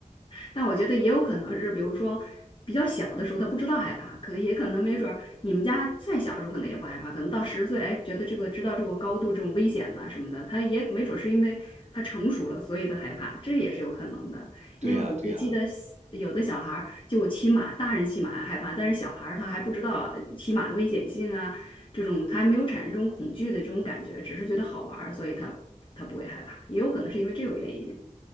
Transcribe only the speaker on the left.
但我觉得也有可能是，比如说比较小的时候他不知道害怕，可也可能没准儿你们家再小的时候可能也不害怕，可能到十岁，哎，觉得这个知道这个高度这种危险了什么的，他也没准儿是因为他成熟了，所以他害怕，这也是有可能的。
因为我就记得小有的小孩儿就骑马，
大人骑马害怕，但是小孩儿他还不知道呃骑马的危险性啊，这种他还没有产生这种恐惧的这种感觉，只是觉得好玩儿，所以他他不会害怕，也有可能是因为这个原因。